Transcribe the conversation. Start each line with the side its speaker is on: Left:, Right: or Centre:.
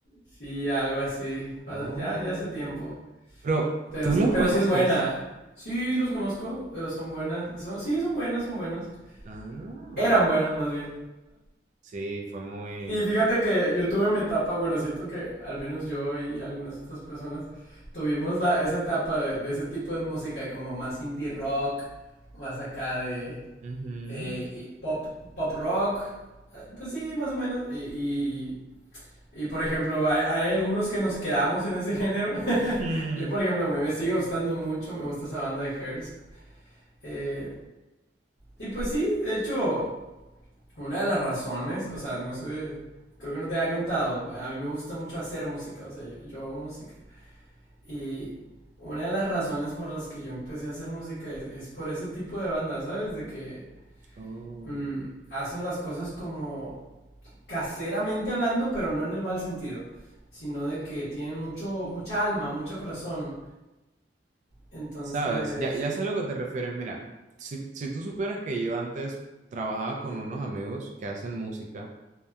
Left: Sí, algo así. Pa-
Right: Oh,
Left: Ya, ya hace tiempo.
Right: pero
Left: Pero
Right: ¿tú
Left: sí,
Right: los
Left: pero
Right: conoces?
Left: sí es buena. Sí, los conozco, pero son buenas. Son, sí, son buenos, son buenos.
Right: Ah,
Left: Eran buenos, más bien.
Right: sí, fue muy...
Left: Y fíjate que yo tuve mi etapa, bueno, siento que al menos yo y algunas otras personas tuvimos la, esa etapa de, de ese tipo de música como más indie rock, más acá de,
Right: Ujú.
Left: eh, y pop, pop rock, eh, pues sí, más o menos. Y, y, y, por ejemplo, hay, hay algunos que nos quedamos en ese género. <laughs>
Right: <laughs>
Left: Yo, por ejemplo, me, me sigue gustando mucho, me gusta esa banda de Hairs. Eh, y pues sí, de hecho, una de las razones, o sea, no sé, creo que no te había contado, a mí me gusta mucho hacer música, o sea, yo, yo hago música. Y una de las razones por las que yo empecé a hacer música es, es por ese tipo de bandas, ¿sabes? De que
Right: Oh.
Left: mm, hacen las cosas como caseramente hablando, pero no en el mal sentido, sino de que tienen mucho, mucha alma, mucho corazón. Entonces,
Right: Sabes, ya, ya sé a lo que te refieres. Mira, si, si tú supieras que yo antes trabajaba con unos amigos que hacen música,